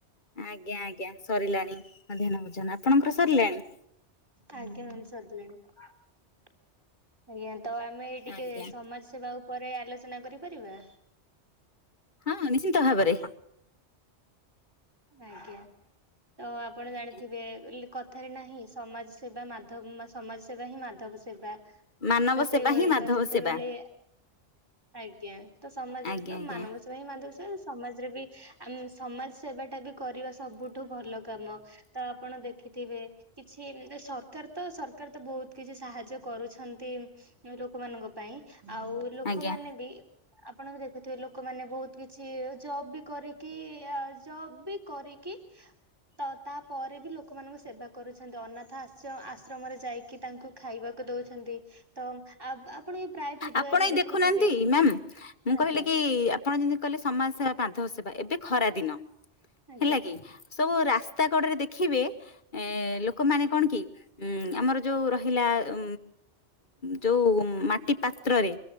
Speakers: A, on the left; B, on the right.
A: ଆଜ୍ଞା ଆଜ୍ଞା ସରିଲାଣି ମଧ୍ୟାହ୍ନ ଭୋଜନ। ଆପଣଙ୍କର ସରିଲାଣି?
B: ଆଜ୍ଞା ମ୍ୟାମ୍ ସରିଲାଣି ଆଜ୍ଞା। ତ ଆମେ ଟିକେ
A: ଆଜ୍ଞା
B: ସମାଜ ସେବା ଉପରେ ଆଲୋଚନା କରିପାରିବା?
A: ହଁ ନିଶ୍ଚିନ୍ତ ଭାବରେ।
B: ଆଜ୍ଞା ତ ଆପଣ
A: ଆଜ୍ଞା।
B: ଜାଣିଥିବେ <unintelligible> କ କଥାରେ ନାହିଁ ସମାଜ ସେବା ମାଧବ ସମାଜ ସେବା ହିଁ ମାଧବ ସେବା।
A: ମାନବ
B: ତ ସେଇଭଳି
A: ସେବା ହିଁ ମାଧବ
B: ତ ଯେତେବେଳେ
A: ସେବା
B: ଆଜ୍ଞା ତ ସମାଜରେ
A: ଆଜ୍ଞା
B: ତ
A: ଆଜ୍ଞା
B: ମାନବତ ସେଥିପାଇଁ ମାଧବ ସେବା ସମାଜରେ ବି ଆମେ ସମାଜ ସେବା ଟା ବି କରିବା ସବୁଠୁ ଭଲ କାମ। ତ ଆପଣ ଦେଖିଥିବେ। କିଛି ସରକାର ତ ସରକାର ତ ବହୁତ କିଛି ସାହାଯ୍ୟ କରୁଛନ୍ତି। ଲୋକମାନଙ୍କ ପାଇଁ ଆଉ ଲୋକମାନେ
A: ଆଜ୍ଞା
B: ବି ଆପଣ ଦେଖୁଥିବେ ଲୋକମାନେ ବହୁତ କିଛି ଜବ ବି କରିକି ଆ ଜବ୍ ବି କରିକି ତ ତାପରେ ବି ଲୋକମାନଙ୍କୁ ସେବା କରୁଛନ୍ତି ଅନାଥ ଆଶ୍ର ଆଶ୍ରମରେ ଯାଇକି ତାଙ୍କୁ ଖାଇବାକୁ ଦଉଛନ୍ତି ତ ଆ ଆପଣ ପ୍ରାୟ ଭିଡିଓ
A: ଆପଣ
B: ଏବେ
A: ଏଇ
B: ଦେଖୁଥିବେ
A: ଦେଖୁନାହାନ୍ତି ମ୍ୟାମ ମୁଁ କହିଲି
B: ଆଜ୍ଞା
A: କି ଆ ଆପଣ ଯେମିତି କହିଲେ ସମାଜ ସେବା ମାଧବ ସେବା ଏବେ ଖରା ଦିନ
B: ଆଜ୍ଞା
A: ହେଲା କି। ସବୁ ରାସ୍ତା କଡରେ ଦେଖିବେ ଏ ଲୋକମାନେ କଣ କି ଉଁ ଆମର ଯୋଉ ରହିଲା ଉ ଯୋଉ ମା ପାତ୍ରରେ